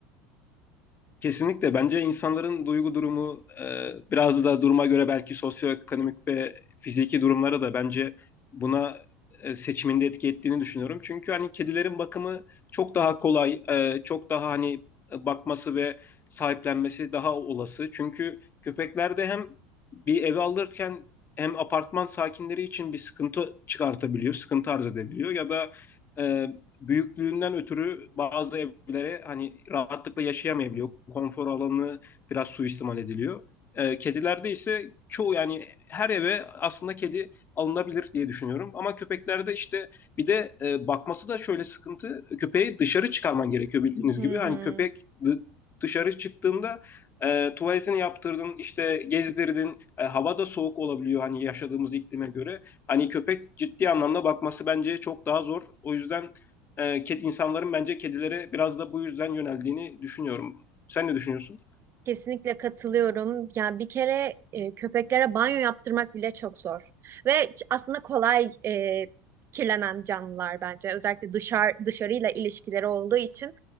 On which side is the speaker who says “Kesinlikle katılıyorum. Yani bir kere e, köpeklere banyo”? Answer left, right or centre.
Right